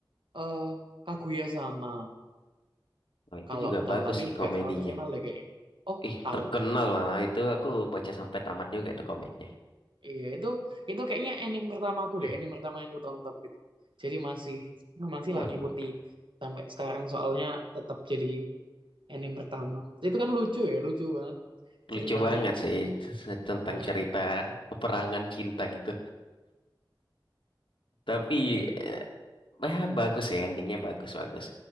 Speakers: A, on the right (about 75°); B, on the left (about 80°).
A: eh Kaguya sama
B: Oh, itu
A: kalau
B: juga
A: tahu
B: bagus
A: tapi
B: sih
A: nggak
B: komedinya.
A: terlalu terkenal deh kayaknya oh
B: Ih,
A: tahu
B: terkenal malah itu aku baca sampai tamat juga tuh komiknya.
A: iya itu itu kayaknya anime pertamaku
B: <clears throat>
A: deh anime pertama yang ku tonton gitu jadi masih masih
B: Waduh,
A: lah ngikuti sampai sekarang soalnya tetap jadi anime pertama itu kan lucu ya lucu banget
B: lucu
A: ceritanya
B: banget sih se- tentang
A: Heeh,
B: cerita peperangan cinta gitu. Tapi
A: iya
B: eh, ah, bagus ya endingnya bagus-bagus.